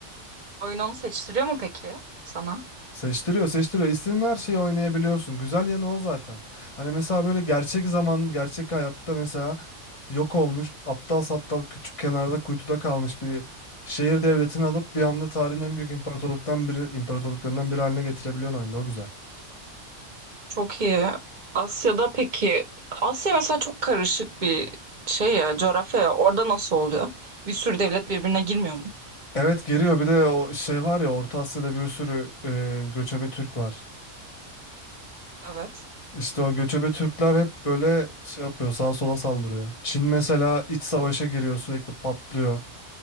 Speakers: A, on the right (about 40°); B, on the left (about 30°).
A: Oyun onu seçtiriyor mu peki sana?
B: Seçtiriyor, seçtiriyor. İstediğin her şeyi oynayabiliyorsun. Güzel yanı o zaten. Hani mesela böyle gerçek zaman, gerçek hayatta mesela yok olmuş, aptal saptal küçük kenarda kuytuda kalmış bir şehir devletini alıp bir anda tarihin en büyük imparatorluktan biri, imparatorluklarından biri haline getirebiliyorsun oyunda. O güzel.
A: Çok iyi. Asya'da peki, Asya mesela çok karışık bir şey ya, coğrafya ya. Orada nasıl oluyor? Bir sürü devlet birbirine girmiyor mu?
B: Evet geliyor bir de o şey var ya Orta Asya'da bir sürü e, göçebe Türk var.
A: Evet.
B: İşte o göçebe Türkler hep böyle şey yapıyor sağa sola saldırıyor. Çin mesela iç savaşa giriyor sürekli patlıyor.